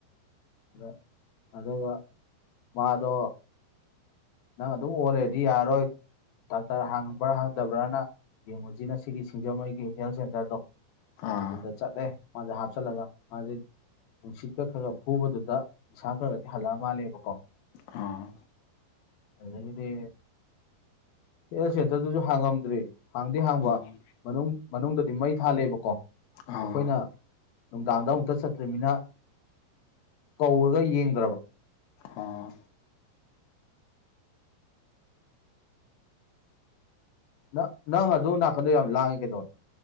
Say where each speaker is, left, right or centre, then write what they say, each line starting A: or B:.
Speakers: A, on the left; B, on the left.
A: ꯑꯗ ꯑꯗꯨꯒ ꯃꯥꯗꯣ ꯅꯪ ꯑꯗꯨꯝ ꯑꯣꯂꯩꯔꯗꯤ ꯌꯥꯔꯔꯣꯏ ꯗꯥꯛꯇꯔ ꯍꯥꯡꯕ꯭ꯔꯥ ꯍꯥꯡꯗꯕ꯭ꯔꯅ ꯌꯦꯡꯉꯨꯁꯤꯅ ꯁꯤꯒꯤ ꯁꯤꯡꯖꯃꯩꯒꯤ ꯍꯦꯜꯊ ꯁꯦꯟꯇꯔꯗꯣ
B: ꯑꯥ
A: ꯑꯗꯨꯗ ꯆꯠꯂꯦ ꯃꯥꯁꯦ ꯍꯥꯞꯆꯜꯂꯒ ꯃꯥꯁꯦ ꯅꯨꯡꯁꯤꯠꯀ ꯈꯔ ꯐꯨꯕꯗꯨꯗ ꯅꯤꯁꯥ ꯈꯥꯔꯥ ꯈꯥꯔꯥꯗꯤ ꯍꯜꯂꯛꯑ ꯃꯥꯜꯂꯦꯕꯀꯣ
B: ꯑꯥ
A: ꯑꯗꯒꯤꯗꯤ ꯍꯦꯜ ꯁꯦꯟꯇꯔꯗꯨꯁꯨ ꯍꯥꯡꯉꯝꯗ꯭ꯔꯤ ꯍꯥꯡꯗꯤ ꯍꯥꯡꯕ
B: ꯎꯝ
A: ꯃꯅꯨꯡ ꯃꯅꯨꯡꯗꯗꯤ ꯃꯩ ꯊꯥꯜꯂꯦꯕꯀꯣ
B: ꯑꯥ
A: ꯑꯩꯈꯣꯏꯅ ꯅꯨꯡꯗꯥꯡꯗ ꯑꯃꯨꯛꯇ ꯆꯠꯇ꯭ꯔꯤꯃꯤꯅ ꯀꯧꯔꯒ ꯌꯦꯡꯗ꯭ꯔꯕ
B: ꯑꯥ
A: ꯅ ꯅꯪ ꯑꯗꯨ ꯅꯥꯀꯟꯗꯣ ꯌꯥꯝ ꯂꯥꯡꯉꯦ ꯀꯩꯗꯧꯔꯦ